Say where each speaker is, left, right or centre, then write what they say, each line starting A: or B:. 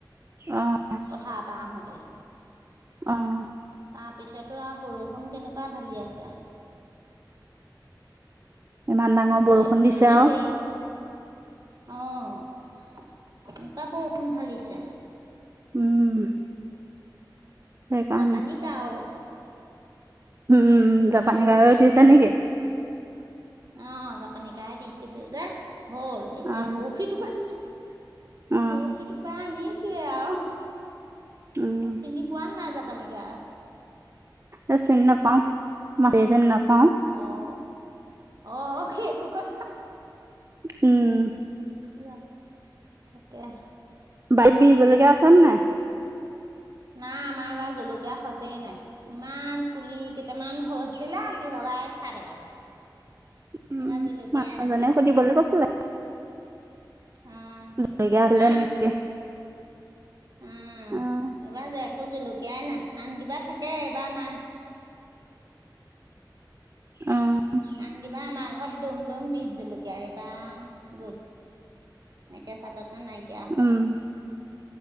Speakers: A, on the right; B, on the right.
A: অ'
B: পথাৰৰ পৰা আহোতে।
A: অ'।
B: তাৰপিছতো আৰু বৰষুণ কেনেকুৱা ঢালি আছে।
A: ইমান ডাঙৰ
B: ভয়
A: বৰষুণ দিছে
B: <unintelligible>
A: আৰু
B: অ', <unintelligible> বৰষুন ঢালিছে।
A: উম। সেইকাৰণে
B: জাপানী কাউৰি।
A: উম। জাপানী
B: বৰশীত।
A: গাহৰি উঠিছে
B: অ',
A: নেকি?
B: জাপানী কাই দিছিলে যে হ'ল, এতিয়া
A: অ',
B: বৰশী তোপাইছো।
A: অ',
B: বৰশী টোপাই আনিছোৱে আৰু।
A: উম,
B: চিনি পোৱা ন নাই, যাবানিকা।
A: এ চিনি নাপাওঁ, মাজ চিনি নাপাওঁ।
B: অ' অ' সেইটো কথা।
A: উম।
B: যাম, তাকে।
A: বাইট বিজলকীয়া আছেনে নাই?
B: নাই, আমাৰ এইবাৰ জলকীয়া খচেই নাই। ইমান, পুলি কেইটামান হৈ আছিলে, কিহবাই খাই পেলালে।
A: উম,
B: এইবাৰ জলকীয়াই
A: মানুহজনে সুধিবলৈ কৈছিলে।
B: উম,
A: জলকীয়া আছিলে
B: নাই।
A: নেকি?
B: উম,
A: অ',
B: এইবাৰ যে একো জলকীয়াই নাই, আন কিবা থাকে, এইবাৰ নাই।
A: অ',
B: আন কিবা আমাৰ ঘৰত দুমদুম বিষ জলকীয়া, এইবাৰ, গল একে চাটতে নাইকিয়া।
A: উম।